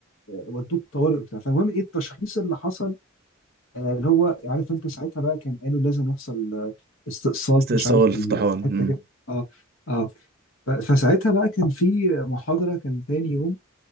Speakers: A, on the left; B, on the right.
A: ودوه الطوارئ وبتاع فالمهم إيه التشخيص اللي حصل آه، اللي هو عارف أنت ساعتها بقى كان قالوا لازم يحصل آه، استئصال
B: استئصال
A: في- مش عارف في
B: افتحان
A: ال- في حتة
B: مم.
A: كده أه أه ف- فساعتها بقى كان في محاضرة كان تاني يوم